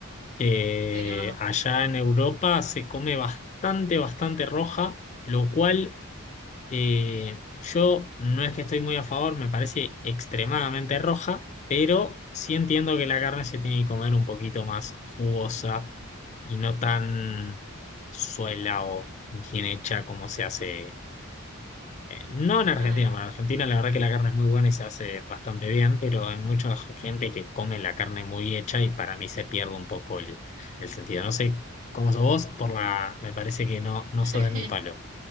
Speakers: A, on the left; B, on the right.
A: Eh,
B: Pero,
A: allá en Europa se come bastante, bastante roja, lo cual eh, yo no es que estoy muy a favor, me parece extremadamente roja, pero sí entiendo que la carne se tiene que comer un poquito más jugosa y no tan suela o bien hecha como se hace no en Argentina,
B: ah,
A: bueno, en Argentina la verdad que la carne es muy buena y se hace bastante bien, pero hay mucha gente que come la carne muy hecha y para mí se pierde un poco el, el sentido. No sé cómo sos vos, por la, me parece que no, no
B: <laughs>
A: sos de mi palo.